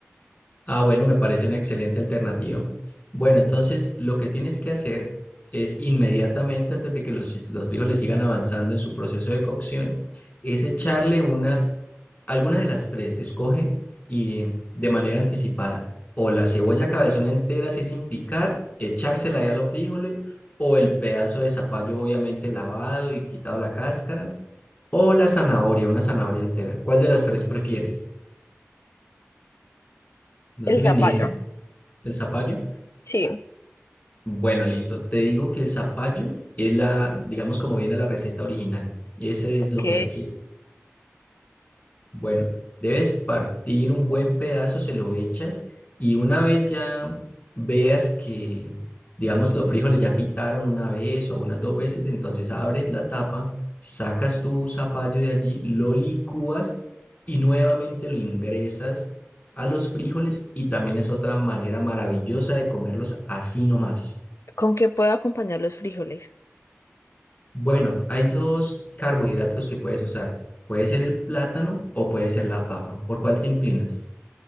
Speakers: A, on the left; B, on the left.
A: Ah, bueno, me parece una excelente alternativa. Bueno, entonces lo que tienes que hacer es inmediatamente antes de que los, los frijoles sigan avanzando en su proceso de cocción, es echarle una Alguna de las tres, escoge y em, de manera anticipada, o la cebolla cabezona entera así sin picar, echársela ahí a los frijoles, o el pedazo de zapallo obviamente lavado y quitado la cáscara, o la zanahoria, una zanahoria entera. ¿Cuál de las tres prefieres? ¿No
B: El
A: tienes
B: zapallo.
A: ni idea? ¿El zapallo?
B: Sí,
A: Bueno, listo. Te digo que el zapallo es la, digamos, como viene la receta original. Ese
B: ok.
A: es lo que hay que Bueno, debes partir un buen pedazo, se lo echas y una vez ya veas que, digamos, los frijoles ya pitaron una vez o unas dos veces, entonces abres la tapa, sacas tu zapallo de allí, lo licúas y nuevamente lo ingresas a los frijoles y también es otra manera maravillosa de comerlos así nomás.
B: ¿Con qué puedo acompañar los frijoles?
A: Bueno, hay dos carbohidratos que puedes usar. Puede ser el plátano o puede ser la papa. ¿Por cuál te inclinas?